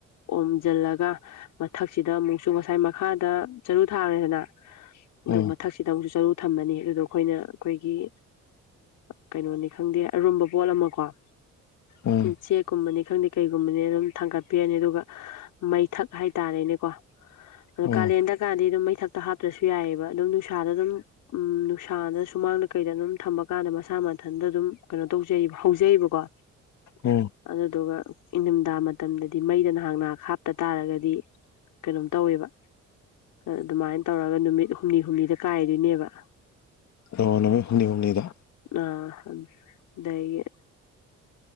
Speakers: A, on the left; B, on the left.
A: ꯑꯣꯝꯖꯜꯂꯒ ꯃꯊꯛꯁꯤꯗ ꯑꯃꯨꯛꯁꯨ ꯉꯁꯥꯏ ꯃꯈꯥꯗ ꯆꯔꯨ ꯊꯥꯈ꯭ꯔꯦꯗꯅ
B: ꯎꯝ
A: ꯑꯗꯨ ꯃꯊꯛꯁꯤꯗ ꯑꯃꯨꯛꯁꯨ ꯆꯔꯨ ꯊꯝꯃꯅꯤ ꯑꯗꯨꯗꯣ ꯑꯩꯈꯣꯏꯅ ꯑꯩꯈꯣꯏꯒꯤ ꯀꯩꯅꯣꯅꯤ ꯈꯪꯗꯦ ꯑꯔꯨꯝꯕ ꯄꯣꯠ ꯑꯃ ꯀꯣ
B: ꯎꯝ
A: ꯆꯦꯛ ꯀꯨꯝꯃꯅꯤ ꯈꯪꯗꯦ ꯀꯩꯒꯨꯝꯕꯅꯤ ꯑꯗꯨꯝ ꯊꯥꯡꯀꯠꯄꯤꯔꯅꯤ ꯑꯗꯨꯒ ꯃꯩꯊꯛ ꯍꯥꯏꯇꯥꯔꯦꯅꯦꯀꯣ ꯑꯗꯨ
B: ꯎꯝ
A: ꯀꯥꯂꯦꯟꯗ ꯀꯥꯗꯣ ꯑꯗꯨꯝ ꯃꯩ ꯊꯛꯇ ꯍꯥꯞꯇ꯭ꯔꯁꯨ ꯌꯥꯏꯑꯦꯕ ꯑꯗꯨꯝ ꯅꯨꯡꯁꯥꯗ ꯑꯗꯨꯝ ꯎ ꯅꯨꯡꯁꯥꯗ ꯁꯨꯃꯥꯡꯗ ꯀꯩꯗ ꯑꯗꯨꯝ ꯊꯝꯝꯕ ꯀꯥꯟꯗ ꯃꯁꯥ ꯃꯊꯟꯇ ꯑꯗꯨꯝ ꯀꯩꯅꯣ ꯇꯧꯖꯩꯕ ꯍꯧꯖꯩꯌꯦꯕꯀꯣ
B: ꯎꯝ
A: ꯑꯗꯨꯗꯨꯒ ꯏꯟꯗꯝꯗꯥ ꯃꯇꯝꯗꯗꯤ ꯃꯩꯗ ꯅꯍꯥꯛ ꯅꯍꯥꯛ ꯍꯥꯞꯇ ꯇꯥꯔꯒꯗꯤ ꯀꯩꯅꯣꯝ ꯇꯧꯋꯦꯕ ꯑꯗꯨꯃꯥꯏꯅ ꯇꯧꯔꯒ ꯅꯨꯃꯤꯠ ꯍꯨꯝꯅꯤ ꯍꯨꯝꯅꯤꯗ ꯀꯥꯏꯔꯤꯅꯦꯕ
B: ꯑꯗꯣ ꯅꯨꯃꯤꯠ ꯍꯨꯝꯅꯤ ꯍꯨꯝꯅꯤꯗ
A: <unintelligible> ꯗꯩꯒꯤ